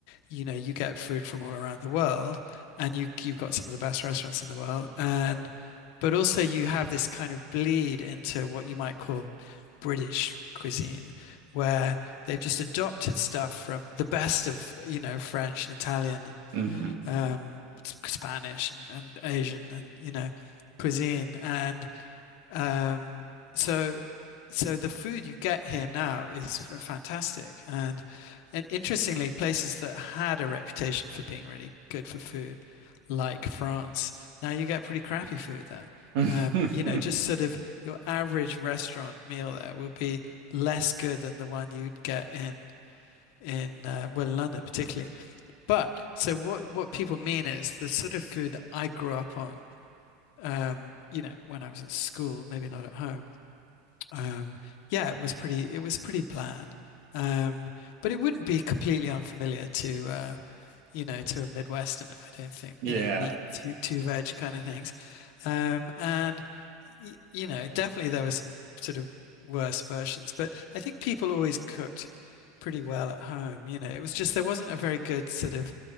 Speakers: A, on the left; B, on the right.
A: You know, you get food from all around the world, and you you've got some of the best restaurants in the world, and but also you have this kind of bleed into what you might call British cuisine, where they've just adopted stuff from the best of, you know, French and Italian
B: hmm
A: and um, Spanish and, and Asian and, you know, cuisine. And um, so, so the food you get here now is f- fantastic, and and interestingly, places that had a reputation for being really good for food, like France, now you get pretty crappy food there.
B: <laughs>
A: Um, you know, just sort of your average restaurant meal there will be less good than the one you'd get in in uh, well, in London particularly. But so what what people mean is the sort of food that I grew up on, um, you know, when I was at school, maybe not at home um, yeah, it was pretty it was pretty bland. Um, but it wouldn't be completely unfamiliar to uh, you know, to a Midwesterner, I don't think,
B: Yeah.
A: you know, meat, two two veg kind of things. Um, and y you know, definitely there were some sort of worse versions, but I think people always cooked pretty well at home, you know. It was just there wasn't a very good sort of